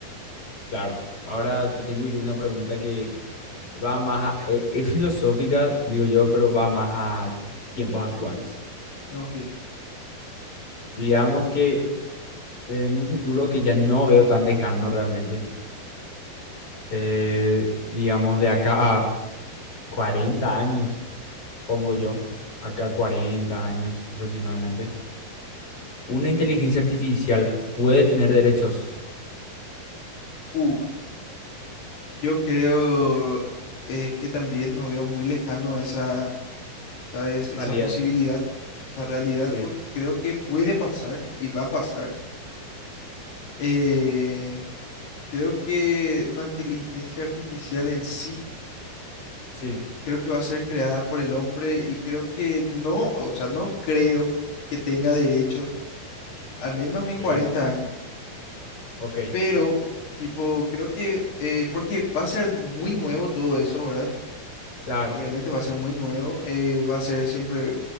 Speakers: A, on the left; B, on the left.
A: Claro. Ahora te tengo yo una pregunta que va más a, e- es filosófica, digo yo, pero va más a tiempos actuales.
B: Ok.
A: Digamos que en un futuro que ya no veo tan lejano realmente, eh, digamos de acá a 40 años, pongo yo, acá 40 años aproximadamente, una inteligencia artificial puede tener derechos.
B: Uh, yo creo eh, que también no veo muy lejano esa, ¿sabes? Esa
A: Realidad.
B: posibilidad, esa realidad,
A: Sí,
B: porque creo que puede pasar y va a pasar. Eh, creo que una inteligencia artificial en sí,
A: sí,
B: creo que va a ser creada por el hombre y creo que no, o sea, no creo que tenga derechos, al menos en
A: sí.
B: 40 años,
A: Ok,
B: pero tipo, creo que, eh, porque va a ser muy nuevo todo eso, ¿verdad?
A: claro.
B: Obviamente va a ser muy nuevo, eh, va a ser siempre,